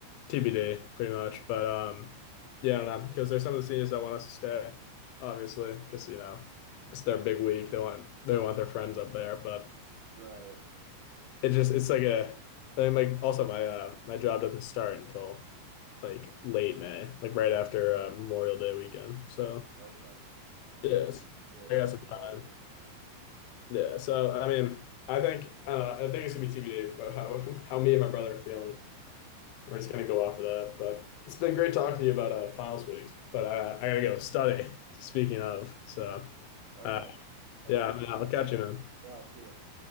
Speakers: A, on the left; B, on the right.
A: TBD, pretty much. But um, yeah, I don't know because there's some of the seniors that want us to stay, obviously, because you know it's their big week. They want they want their friends up there, but
B: Right.
A: it just it's like a I mean, like also my uh, my job doesn't start until like late May, like right after uh, Memorial Day weekend. So
B: Okay.
A: yeah,
B: Yeah, so
A: I got
B: you
A: some
B: got a little
A: time.
B: bit of time.
A: Yeah, so I mean, I think uh, I think it's gonna be TBD how <laughs> how me and my brother are feeling. We're just gonna go off of that. But it's been great talking to you about uh, finals week. But uh, I gotta go study. <laughs> Speaking of, so
B: Okay.
A: uh,
B: All
A: yeah,
B: right.
A: I mean, I'll
B: Oh,
A: catch you, man.
B: yeah, I'll see you.